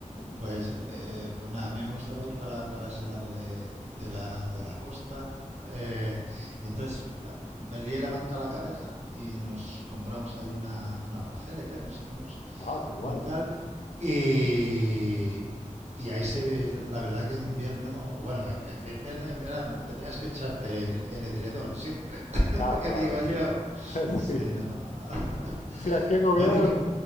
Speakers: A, on the right; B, on the left.
A: Pues, eh, pues nada, a mí me gustaba ir para, para ese lado de, de la, de la costa. eh, y entonces bueno, me lié la manta a la cabeza y nos compramos ahí una, una parcela y tal, nos hicimos
B: Ah, qué guay.
A: un tal. Y, y ahí se ve, la verdad que en invierno, bueno, en, en invierno y en verano tenías que echarte el, el edredón siempre, <laughs>
B: Ah, claro,
A: que digo yo.
B: sí. <laughs>
A: Sí,
B: Sí,
A: ¿no? <laughs>
B: sí, aquí en Oviedo
A: Bueno, y que...